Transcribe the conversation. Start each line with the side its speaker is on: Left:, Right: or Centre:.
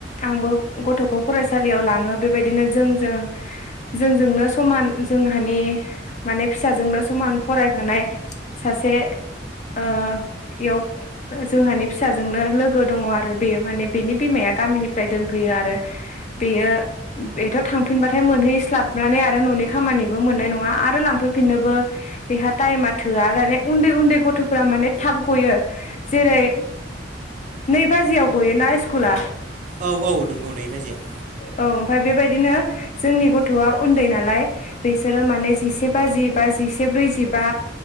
Left: आंबो गथखौ फरायसालियाव लाङो बेबायदिनो जोंजों जोंजोंनो समान जोंहानि माने फिस साजोंनो समान फरायफानाय सासे ओ इयाव जोंहानि फिसाजोंनो लोगो दङ आरो बेयो माने बेनि बिमाया गामिनिफ्राय दोनफैयो आरो बेयो बेथ थांफिनबाथाय मोनहैस्लाबनानै आरो ननि खामानिबो मोननाय नङा आरो लांफै फिननोबो बेहा टाइमा थोआ दाने उन्दै उन्दै गथफोरा माने थाब गयो जेरै नै बाजियाव गयोना स्कुला
Right: औ-औ नंगौ नै बाजियाव
Left: औ ओमफ्राय बेबायदिनो जोंनि गथआ उन्दै नालाय बिसोरो माने जिसे बाजि बाजिसे ब्रैजिबा